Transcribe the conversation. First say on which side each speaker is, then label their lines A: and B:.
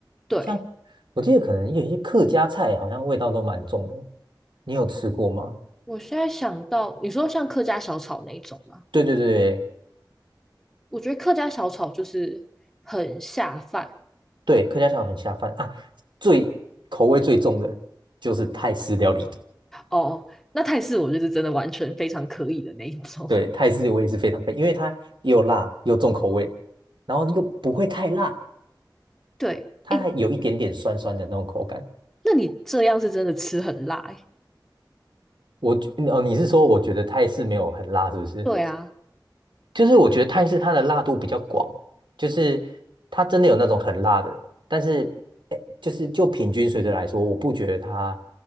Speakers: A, in the centre; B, on the right.
A: 对，
B: 像我记得可能有一些客家菜好像味道都蛮重的，你有吃过吗？
A: 我现在想到，你说像客家小炒那一种吗？
B: 对对对
A: 我觉得客家小炒就是很下饭
B: 对，客家菜很下饭啊，最口味最重的就是泰式料理。
A: 哦。那泰式我就是真的完全非常可以的那一种。
B: 对，泰式我也是非常配，因为它又辣又重口味，然后又不会太辣，
A: 对，
B: 它还有一点点酸酸的那种口感。
A: 诶，那你这样是真的吃很辣欸
B: 我觉哦，你是说我觉得泰式没有很辣，是不是？
A: 对啊，
B: 就是我觉得泰式它的辣度比较广，就是它真的有那种很辣的，但是哎，就是就平均水准来说，我不觉得它